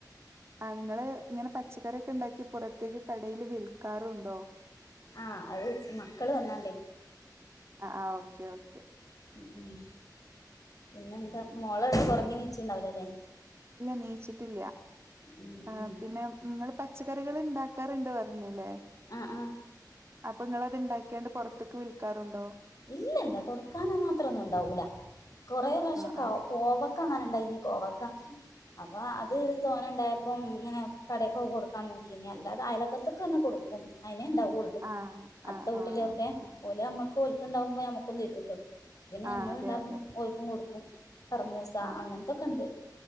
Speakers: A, on the right (about 35°); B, on the left (about 55°).
A: ആഹ് നിങ്ങള് ഇങ്ങനെ പച്ചക്കറിയൊക്കെ ഇണ്ടാക്കി പുറത്തേക്ക് കടയില് വിൽക്കാറുണ്ടോ
B: ആഹ് അത് ച്ച് മക്കള് വന്നോണ്ടൈ
A: അ ആഹ് ഓക്കെ ഓക്കെ
B: ഉം ഉം പിന്നെന്താ മോളെവെടെ ഒറങ്ങി നീച്ചീണ്ടാവൂലലേ
A: ഇല്ല നീച്ചിട്ടില്യാ
B: ഉം
A: ആഹ്
B: ഉം
A: പിന്നെ ഇങ്ങള് പച്ചക്കറികള് ഇണ്ടാക്കാറ്ണ്ട് പർഞ്ഞിലെ
B: ആഹ് ആഹ്
A: അപ്പൊ ഇങ്ങളത് ഇണ്ടാക്കിയാണ്ട് പൊറത്ത്ക്ക് വിൽക്കാറുണ്ടോ
B: ഇല്യ ഇല്ല കൊട്ക്കാന് മാത്രൊന്നും ഇണ്ടാവൂല കൊറേ റാഷം
A: ആഹ്
B: കൗ കോവ ക്ക അങ്ങനെ ഇണ്ടായിനീ കോവക്ക അപ്പ അത് തോനെ ഇണ്ടായപ്പം ഇങ്ങനെ കടേകൊക്കെ കൊടുക്കാൻ നോക്കി ഇനിയല്ലാതെ അയലോക്കത്ത്ക്ക് അന്നെ കൊട്ക്കും ഐനേ ഇണ്ടാവൊള്ളു
A: ആഹ് ആഹ്
B: അട്ത്ത
A: ആഹ്
B: വീട്ടില്
A: ആഹ്
B: ഒക്കെ
A: ഓക്കെ
B: ഓല് നമ്മക്ക് ഇപ്പൊ ഓൽക്ക് ഇണ്ടാവുമ്പൊ ഞമ്മക്കും തെരുവല്ലോ പിന്നെ ഞമ്മളത്
A: ആഹ് അതെ
B: ഇണ്ടാകും
A: അതെ
B: ഓല്ക്കും കൊടുക്കും കറമൂസ
A: ആഹ്
B: അങ്ങൻത്തൊക്കെ ഇണ്ട്